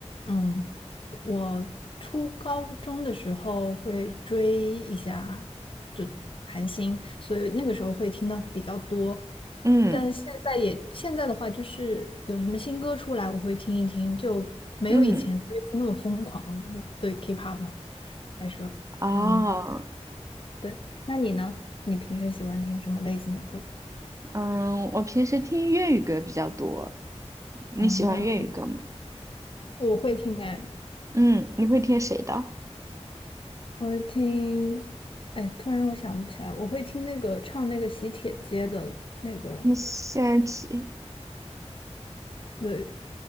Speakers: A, on the left; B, on the right.
A: 嗯，我初高中的时候会追一下，就韩星，所以那个时候会听的比较多。
B: 嗯
A: 但现在也现在的话，就是有什么新歌出来，我会听一听，就没有以前追星那么疯狂。
B: 嗯，
A: 对 K-pop 来说，
B: 啊，
A: 嗯，对。那你呢？你平时喜欢听什么类型的歌？
B: 嗯，我平时听粤语歌比较多。你喜欢粤语歌吗？
A: 啊，我会听哎，
B: 嗯，你会听谁的？
A: 我会听，哎，突然我想不起来，我会听那个唱那个喜帖街的那个人，
B: 听谢安琪，
A: 对，